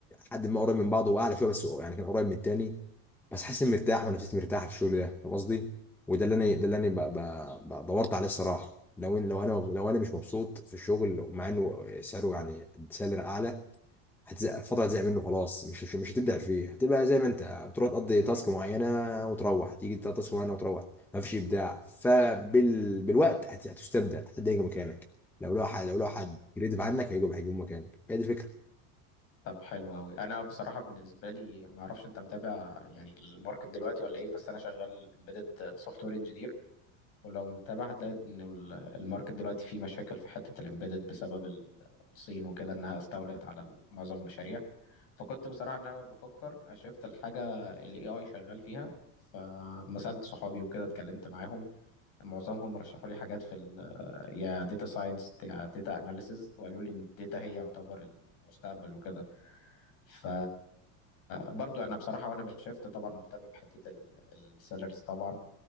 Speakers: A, in the centre; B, on the left (about 40°).
A: حد ما قريب من بعضه هو اعلى شويه بس هو يعني كان قريب من التاني بس حاسس اني مرتاح ونفسيتي مرتاحه في الشغل ده فاهم قصدي؟ وده اللي انا ده اللي انا ب- ب- ب- دورت عليه الصراحه لو إن- لو انا لو انا مش مبسوط في الشغل ومع انه سعره يعني سالري اعلى هتزهق فترة هتزهق منه خلاص مش مش مش هتبدع فيه هتبقى زي ما انت بتروح تقضي تاسك معينة وتروح تيجي تقضي تاسك معينة وتروح مفيش إبداع فبال بالوقت هت- هتستبدل حد هيجي مكانك لو لو حد لو لو حد كريتيف عنك هيجوا هيجوا مكانك هي دي فكرة
B: طب حلو قوي انا بصراحة بالنسبة لي ما اعرفش انت متابع يعني الماركت دلوقتي ولا ايه بس انا شغال امبيدد سوفت وير انجينير ولو متابع هتلاقي ان ال- الماركت دلوقتي فيه مشاكل في حتة الامبيدد بسبب ال- الصين وكده انها استولت على ال- معظم المشاريع فكنت بصراحة ان انا بفكر اشفت الحاجة اللي اي اي شغال فيها فما سألت صحابي وكده اتكلمت معاهم معظمهم رشحوا لي حاجات في ال يا داتا ساينس يا داتا اناليسز وقالوا لي ان الداتا هي يعتبر المستقبل وكده ف برضو انا بصراحة وانا بشفت طبعا مهتم بحتة السالاريز طبعا